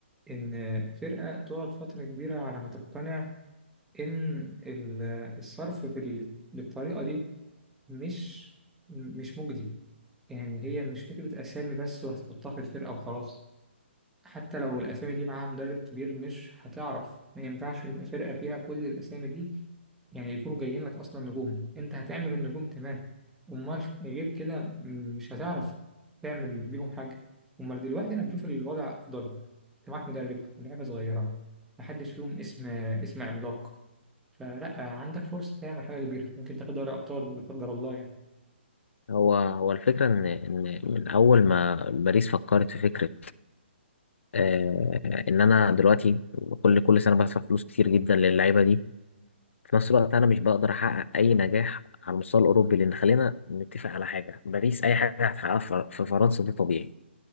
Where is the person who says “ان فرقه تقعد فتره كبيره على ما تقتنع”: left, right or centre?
Centre